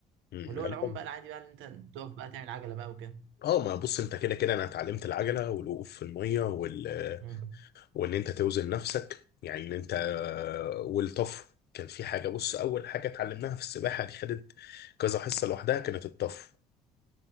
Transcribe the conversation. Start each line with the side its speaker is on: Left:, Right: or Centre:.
Left: مم،
Right: واللي
Left: غالبا
Right: هو العوم بقى العادي بقى اللي انت تقف بقى تعمل عجله بقى وكده
Left: اه ما بص انت كده كده انا اتعلمت العجله والوقوف في الميه وال آه،
Right: مم.
Left: وان انت توزن نفسك يعني ان انت آه، والطفو كان في حاجه بص اول حاجه اتعلمناها في السباحه دي خدت كذا حصه لوحدها كانت الطفو